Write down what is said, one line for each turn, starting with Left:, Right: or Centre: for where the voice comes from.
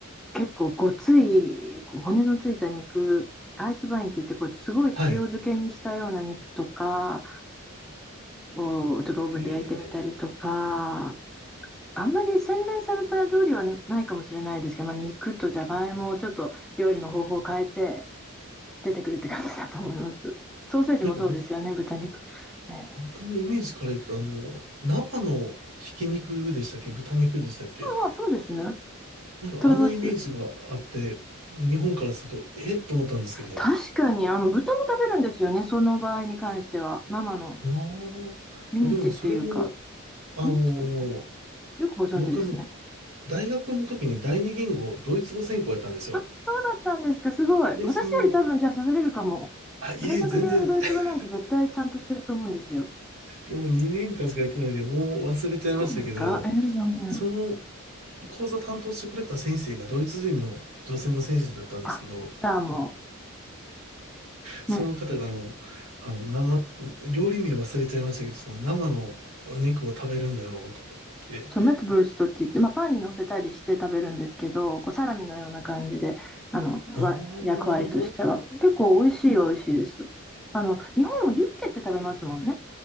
Centre: 結構ごつい、こう骨のついた肉、アイスバインって言って、こうすごい塩漬けにしたような肉とか
Right: はい。
Centre: をちょっとオーブンで焼いてみたりとか、
Right: へえ、
Centre: あんまり洗練された料理はないかもしれないですけど、まあ、肉とじゃがいもをちょっと料理の方法を変えて出てくるって感じだと思います。ソーセージもそうですよね、
Right: なんか僕、
Centre: 豚肉。えー
Right: 僕のイメージからいくと、あの、生のひき肉でしたっけ豚肉でしたっけ
Centre: ああ、そうですね。
Right: なんかあのイメージがあって、
Centre: 食べます。
Right: 日本からすると、えっと思ったんですけど。
Centre: 確かに、あの、豚も食べるんですよね、その場合に関しては。生の
Right: あーまあ、
Centre: ミンチっていうか、
Right: でもそれも、あのー
Centre: ミンチってね、よくご存知ですね。
Right: 僕は大学の時に第二言語、ドイツ語専攻やったんですよ。
Centre: あ、そうだったんですか、すごい。
Right: で、
Centre: 私より多分、
Right: その、
Centre: じゃあ喋れるかも。
Right: あ、いえ、
Centre: 大学でやるドイツ語なんて絶対ちゃんとしてると思うんですよ。
Right: 全然、<laughs> もう2年間しかやってないんで、もう忘れちゃいましたけど、
Centre: そうですかえー、残念。
Right: その講座担当してくれた先生がドイツ人の女性の先生だったんですけど、
Centre: あ、じゃあも
Right: その方があの、
Centre: う、ね、
Right: あの、生、料理名忘れちゃいましたけど、その生のお肉を食べるんだよ、とか言って、
Centre: そう、メットブルストって言って、まあ、パンに乗せたりして食べるんですけど、こうサラミのような感じで、あの、
Right: ああ、
Centre: わ、役割としては。
Right: なるほど。
Centre: 結構美味しいは美味しいです。あの、日本もユッケって食べますもんね。